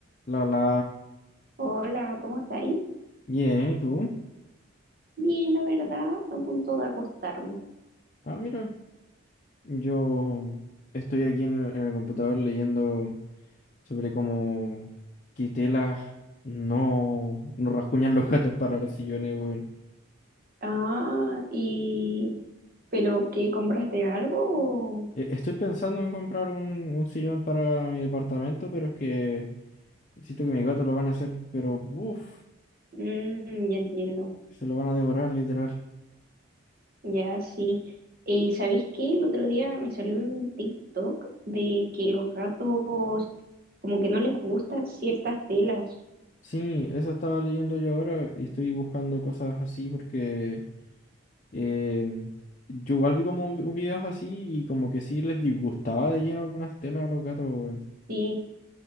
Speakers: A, on the left; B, on the right.
A: La, la,
B: Hola, ¿cómo estáis?
A: bien, ¿y tú?
B: Bien, la verdad, a punto de acostarme.
A: Ah, mira, yo estoy aquí en el, en el computador leyendo sobre cómo que telas no, no rasguñan los gatos para los sillones, weón.
B: Ah, y... ¿Pero qué? ¿Compraste algo? o-
A: E- Estoy pensando en comprar un, un sillón para mi departamento, pero es que siento que mis gatos lo van a hacer, pero uff,
B: Mm, ya entiendo.
A: se lo van a devorar, literal.
B: Ya sí. Eh, ¿sabéis qué? El otro día me salió un TikTok de que los gatos como que no les gustan ciertas telas.
A: Sí, eso estaba leyendo yo ahora y estoy buscando cosas así porque... eh yo igual vi como vi- videos así y como que sí les disgustaba de lleno algunas telas a los gatos, weón.
B: Sí.